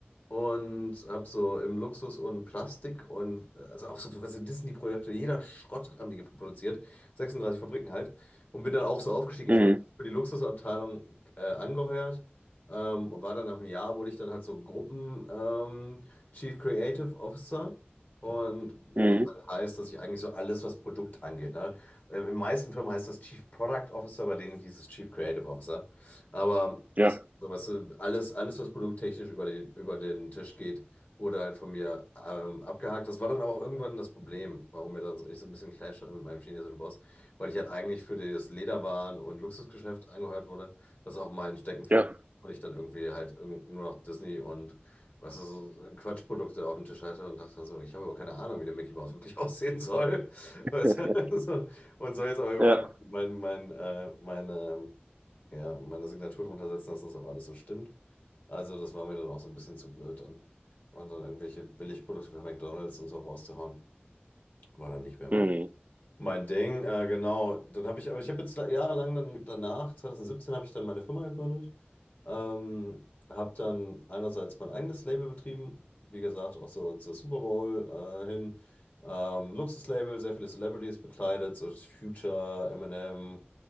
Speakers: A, on the left; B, on the right.
A: und habe so im Luxus und Plastik und äh, also auch so weißt du, Disney-Projekte, jeder Schrott haben die produziert, 36 Fabriken halt und bin dann auch so aufgestiegen.
B: Mhm.
A: Ich wurde für die Luxusabteilung äh, angeheuert ähm, und war dann nach einem Jahr wurde ich dann halt so Gruppen ähm, Chief Creative Officer. Und
B: Mhm.
A: was halt heißt, dass ich eigentlich so alles, was Produkt angeht. Ne? Äh, In den meisten Firmen heißt das Chief Product Officer, bei denen hieß es Chief Creative Officer. Aber
B: Ja,
A: das, so, weißt du, alles, alles, was produkttechnisch über den, über den Tisch geht, wurde halt von mir ähm, abgehakt. Das war dann aber auch irgendwann das Problem, warum mir dann so, ich so ein bisschen Clash hatte mit meinem chinesischen Boss, weil ich halt eigentlich für das Lederwaren- und Luxusgeschäft angeheuert wurde. Das ist auch mein Steckenpferd.
B: ja.
A: Und ich dann irgendwie halt irgend nur noch Disney und was weißt du, so so Quatschprodukte auf dem Tisch hatte und dachte so, ich habe aber keine Ahnung, wie der Mickey Mouse wirklich <laughs> aussehen soll.
B: <laughs>
A: Weißt du? <laughs> so. Und so jetzt aber überall
B: Ja.
A: mein, mein, äh, meine ja, meine Signatur drunter setzen, dass das auch alles so stimmt. Also, das war mir dann auch so ein bisschen zu blöd dann. Und dann irgendwelche Billigprodukte von McDonald's und so rauszuhauen, war dann nicht mehr mein
B: Hm.
A: mein Ding, äh, genau. Dann habe ich, aber ich habe jetzt la- jahrelang dann danach, 2017, habe ich dann meine Firma gegründet. Ähm, habe dann einerseits mein eigenes Label betrieben, wie gesagt, auch so zur Super Bowl äh, hin. Ähm, Luxuslabel, sehr viele Celebrities bekleidet, so das Future, Eminem,